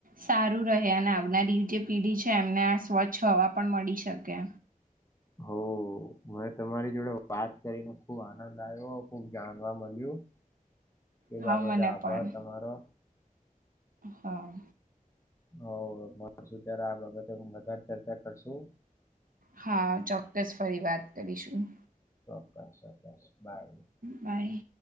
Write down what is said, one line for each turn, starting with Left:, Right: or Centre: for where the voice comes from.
Right: સારું રહે અને આવનારી જે પેઢી છે એમને આ સ્વચ્છ હવા પણ મળી શકે.
Left: હોવ. મને તમારી જોડે વાત કરીને ખુબ આનંદ આવ્યો ખુબ જાણવા મલ્યું. એ
Right: હા
Left: બાબતે
Right: મને
Left: આભાર
Right: પણ
Left: તમારો.
Right: હા.
Left: હોવ હવે મળશું ત્યારે આ બાબતે વધારે ચર્ચા કરશું.
Right: હા ચોક્કસ ફરી વાત કરીશું.
Left: ચોક્કસ-ચોક્કસ બાય.
Right: બાય.